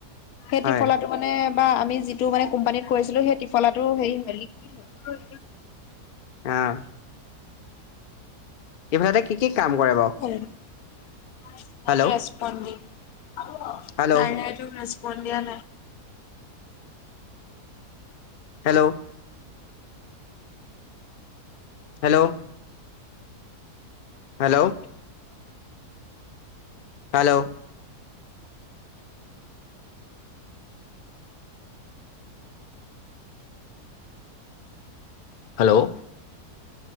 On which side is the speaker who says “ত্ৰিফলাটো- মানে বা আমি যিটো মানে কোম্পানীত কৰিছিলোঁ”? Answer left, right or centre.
Left